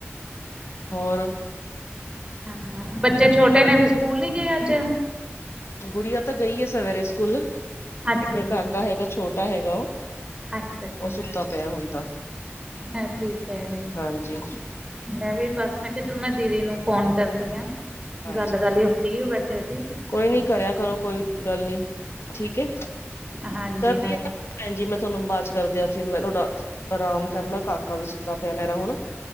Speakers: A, on the left; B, on the right.
A: ਹੋਰ
B: ਹਾਂ ਬੱਚੇ ਛੋਟੇ ਨੇ ਫੇਰ ਸਕੂਲ ਨੀ ਗਏ ਅੱਜ?
A: ਗੁੜੀਆ ਤਾਂ ਗਈਏ ਸਵੇਰੇ ਸਕੂਲ,
B: ਅੱਛਾ
A: ਇੱਕ
B: ਜੀ
A: ਕਾਕਾ ਹੈਗਾ ਛੋਟਾ ਹੈਗਾ ਓ।
B: ਅੱਛਾ ਜੀ
A: ਓ ਸੁੱਤਾ ਪੇਆ ਹੁਣ ਤਾਂ,
B: ਹਾਂ ਠੀਕ ਹੈ ਜੀ
A: ਹਾਂਜੀ।
B: ਮੈਂ ਵੀ ਬਸ ਮੈਂ ਕੇਆ ਚਲੋ ਮੈਂ ਦੀਦੀ ਨੂੰ ਫੋਨ ਕਰਦੀ ਆ।
A: ਹਾਂਜੀ
B: ਗੱਲਕਰਲੀਏ ਫ੍ਰੀਓ ਬੈਠੇ ਸੀ।
A: ਕੋਈ ਨੀ ਕਰਿਆ ਕਰੋ, ਕੋਈ ਗੱਲ ਨੀ ਠੀਕੈ।
B: ਹਾਂਜੀ
A: ਕਰਦੀਆਂ
B: ਹਾਂ
A: ਭੈਣ ਜੀ ਥੋਨੂੰ ਬਾਦ ਕਰਦੀ ਆ ਫੇਰ ਮੈਂ ਥੋੜਾ। ਆਰਾਮ ਕਰ ਲਾ ਕਾਕਾ ਸੁੱਤਾ ਪਿਆ ਹੁਣ।